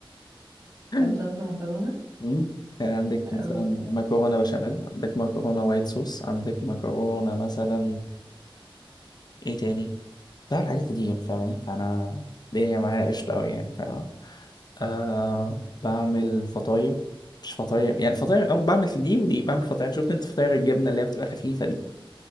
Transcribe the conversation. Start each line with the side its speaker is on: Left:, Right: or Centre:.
Left: <laughs>
Right: كام صنف مكرونة
Left: مم؟ يعني عندك مثلا
Right: اه
Left: مكرونة بشاميل عندك مكرونة وايت صوص عندك مكرونة مثلا ايه تاني بعمل حاجات كتير فاهماني فانا الدنيا معايا قشطة اوي يعني فاهمة آه بعمل فطاير مش فطاير يعني فطاير أو بعمل دي ودي بعمل فطاير شفت انت فطاير الجبنة اللي هي بتبقى خفيفة دي